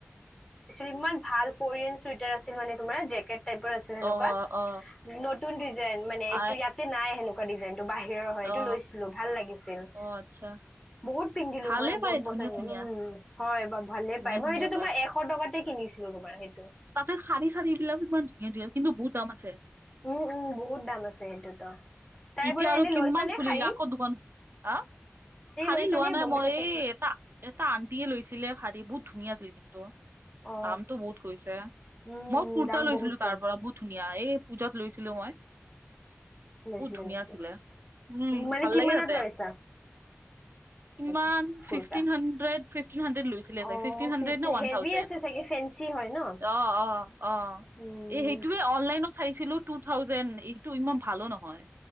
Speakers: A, on the left; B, on the right.
A: ইমান ভাল কোৰিয়ান চুৱেটাৰ আছিল মে তোমাৰ জেকট টাইপৰ আছিল। সেনেকুৱা
B: অ অ
A: নতুন ডিজাইন মানে
B: ভাই
A: এইটো ইয়াতে নাই সেনেকুৱা ডিজাইন টো বাহিৰৰ হয়
B: অ
A: এইটো লৈছিলোঁ ভাল লাগিছিল।
B: অ আচ্ছা
A: বহুত পিন্ধিলোঁ
B: ভালে
A: মই বহুত
B: পায়
A: বছৰ
B: ধুনীয়া ধুনীয়া
A: হয় ব ভালে
B: ধুনীয়া
A: পায় মই
B: ধুনীয়া
A: সিটো তোমাৰ এ। এশ টকাতে কিনিছিলোঁ তোমাৰ সেইটো।
B: তাতে হাৰি চাৰী বিলাকো ইমান ধুনীয়া ধুনীয়া কিন্তু বহুত দাম আছে।
A: উম উম বহুত দাম আছে সেইটোতো। তাইৰ
B: এতিয়া
A: পৰা
B: আৰু
A: এনে
B: কিমান
A: লৈছা নে
B: খুলিলে
A: শাৰী
B: আকৌ দোকানখন হ শাৰী
A: লৈছা
B: লোৱা
A: নে
B: নাই
A: বম্বে
B: মই
A: ফেশ্বন
B: এই এটা। এটা আন্তি এ লৈছিলে শাৰী বহুত ধুনীয়া আছিল কিন্তু।
A: অ
B: দামটো বহুত কৈছে
A: উম
B: মই
A: উম
B: কুুৰ্তা
A: দাম
B: লৈছিলো
A: বহুত কয়
B: তাৰ পৰা বহুত। ধুনীয়া এই পূজাত লৈছিলোঁ মই।
A: লৈছিলা
B: বহুত ধুনীয়া
A: নেকি
B: আছিলে উম
A: মানে
B: ভাল
A: কিমানত
B: লাগে তাতে।
A: লৈছা
B: ইমান
A: সেইটো
B: fifteen
A: kurta
B: hundred fifteen hundred লৈছিলে
A: অ
B: চাগে ফিফটিন হাড্ৰেড নে ওৱান
A: হেভি
B: থাউজেণ্ড।
A: আছে চাগে ফেঞ্চি হয় ন
B: অ অ অ
A: উম,
B: এই সেইটোয়ে অনলাইনত। চাইছিলোঁ টু থাউজেণ্ড এইটো ইমান ভালো নহয়।